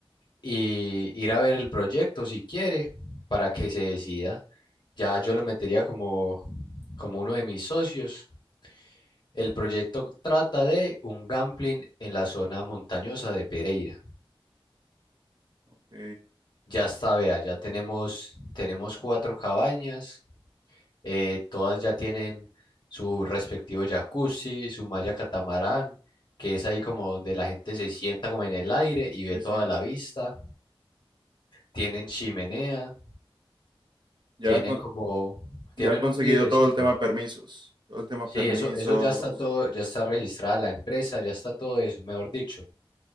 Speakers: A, on the left (about 50°); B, on the right (about 50°).
A: y ir a ver el proyecto si quiere para que se decida. Ya yo lo metería como, como uno de mis socios. El proyecto trata de un gambling en la zona montañosa de Pereira.
B: Ok,
A: Ya está, vea, ya tenemos, tenemos cuatro cabañas, eh, todas ya tienen su respectivo jacuzzi, su malla catamarán, que es ahí como donde la gente se sienta como en el aire y
B: sí,
A: ve toda
B: sí.
A: la vista. Tienen chimenea
B: Ya
A: Tienen
B: han, con-
A: como, tienen
B: ya han conseguido
A: un vidrecito.
B: todo el tema permisos. Todo el tema
A: Sí,
B: permisos.
A: eso, eso ya está todo, ya está registrada la empresa, ya está todo eso, mejor dicho.